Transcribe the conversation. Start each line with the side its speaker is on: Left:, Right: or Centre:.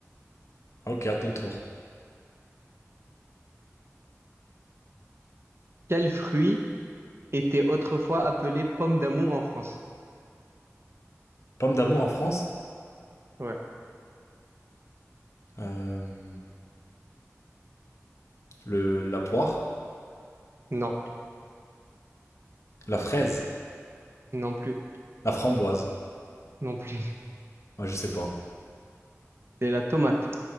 Left: Ok, à ton tour.
Right: Quel fruit était autrefois appelé pomme d'amour en France?
Left: Pomme d'amour en France.
Right: Ouais.
Left: Euh, le, la poire.
Right: Non,
Left: La fraise.
Right: non plus,
Left: La framboise.
Right: non plus.
Left: Moi, je sais pas.
Right: <laughs> C'est la tomate.